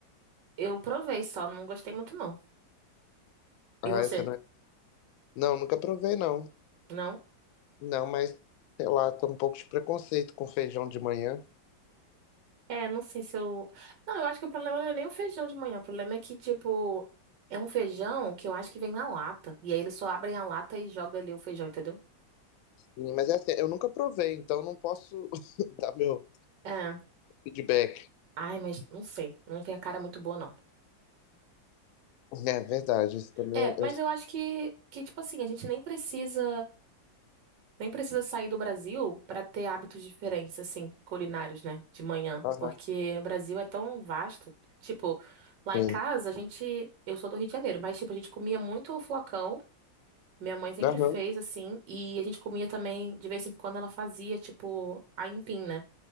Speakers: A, on the right (about 65°); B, on the left (about 90°).
A: Eu provei só, não gostei muito, não.
B: Ah,
A: E você?
B: essa não é... Não, nunca provei, não.
A: Não?
B: Não, mas, sei lá, tô um pouco de preconceito com feijão de manhã.
A: É, não sei se eu. Não, eu acho que o problema não é nem o feijão de manhã. O problema é que, tipo, é um feijão que eu acho que vem na lata. E aí eles só abrem a lata e jogam ali o feijão, entendeu?
B: Sim, Mas é assim, eu nunca provei, então não posso <laughs> dar meu
A: É.
B: feedback.
A: Ai, mas não sei. Não tem a cara muito boa, não.
B: É verdade, isso também
A: É,
B: é...
A: mas
B: é,
A: eu acho que, que tipo assim, a gente nem precisa, nem precisa sair do Brasil pra ter hábitos diferentes, assim, culinários, né? De manhã.
B: Aham,
A: Porque o Brasil é tão vasto. Tipo, lá
B: sim.
A: em casa, a gente. Eu sou do Rio de Janeiro, mas, tipo, a gente comia muito flocão. Minha mãe sempre
B: Aham,
A: fez, assim. E a gente comia também, de vez em quando, ela fazia, tipo, aipim, né?